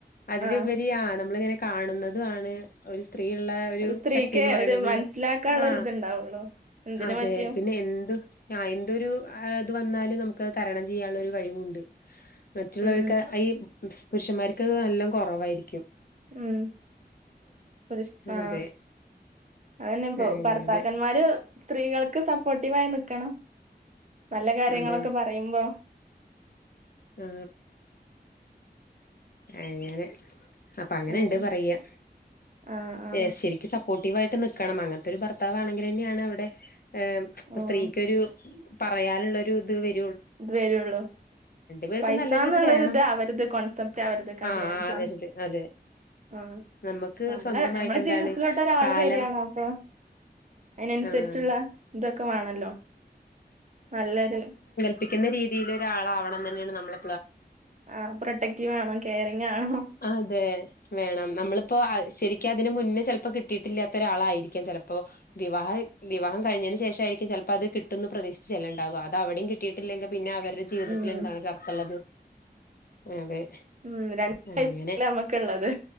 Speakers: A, on the left (about 60°); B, on the right (about 45°).
A: അതിലുപരി
B: ആഹ്
A: ആ നമ്മള്ങ്ങനെ കാണുന്നതു ആണ് ഒര് സ്ത്രീയ്ള്ള ഒരു
B: സ്ത്രീക്ക്
A: ശക്തിന്ന് പറയ്ണത്
B: ഒരു മനസ്സിലാക്കാനുള്ള
A: ആ
B: ഒരിതുണ്ടാവുള്ളു എന്തിന്
A: അതെ
B: പറ്റിയും
A: പിന്നെ എന്തു ആ എന്തൊരു അ ത് വന്നാലും നമുക്കത് തരണം ചെയ്യാൻള്ളൊരു കഴിവുണ്ട്. മറ്റുള്ളവര്ക്ക്
B: ഉം
A: അ ഈ സ് പുരുഷന്മാര്ക്ക് നല്ലോം കൊറവായിരിക്കും.
B: ഉം പുര്‌ഷ് ആ
A: അതെ
B: അ അത്‌ന്നെപ്പോ
A: അങ്ങനെ
B: ഭർത്താക്കന്മാര് സ്ത്രീകള്ക്ക് സപ്പോട്ടീവായി നിക്കണം. നല്ല കാര്യങ്ങളൊക്കെ
A: അതെ
B: പറയുമ്പോ
A: ആ അങ്ങനെ അപ്പൊ അങ്ങനെണ്ട്
B: ആഹ്
A: പറയാ
B: ആഹ് ആഹ്
A: ഏ ശെരിക്ക് സ മോട്ടീവായിട്ട് നിക്കണം അങ്ങനത്തൊരു ഭർത്താവ് ആണെങ്കിലെന്നയാണ് അവടെ എം
B: ഉം
A: സ്ത്രീക്ക് ഒരു പറയാനുള്ള ഒരു ഇത് വ
B: ഇത് വരുള്ളൂ
A: പേർക്കും
B: പൈസന്നുള്ള
A: നല്ലൊരു ഇത് വേണം
B: താവരത് കോൺസെപ്റ്റ് പറ്റത് കല്യാണത്തിന്
A: ആഹ് ആവരുത് അതെ
B: ആ
A: നമുക്ക്
B: നമ്മള
A: സ്വന്തമായിട്ട്
B: നമ്മടെ
A: എന്താണ്
B: ജീവിതത്തിലോട്ടൊരാള്
A: കാലം
B: വര്യാണ് അപ്പൊ അതിനനുസരിച്ചുള്ള
A: ആഹ്
B: തൊക്കെ വാണല്ലോ നല്ലൊരു
A: പ്പിക്കുന്ന രീതീലൊരാളാവണം ന്നെയാണ് നമ്മളെ
B: ആ പ്രൊട്ടക്റ്റീവ് ആണോ കെയറിങ് ആണോ
A: അതെ വേണം നമ്മളിപ്പോ അ ശരിക്കും അതിന് മുന്നേ ചെലപ്പോ കിട്ടിയിട്ടില്ലാത്ത ഒരാളായിരിക്കും ചെലപ്പോ വിവാഹം വിവാഹം കഴിഞ്ഞതിന് ശേഷായിരിക്കും ചെലപ്പോ അത് കിട്ടുന്ന് പ്രതീക്ഷിച്ച് ചെല്ല്ണ്ടാവ അത് അവിടെയും കിട്ടയിട്ടില്ലെങ്കിൽ പിന്നെ അവ രെ ജീവിതത്തിൽ
B: ഉം
A: എന്താണ് അർത്ഥള്ളത് അതെ
B: ഉം രണ്ട് ടൈപ്പിലാണ്
A: അങ്ങനെ
B: നമ്മക്ക്ള്ളത്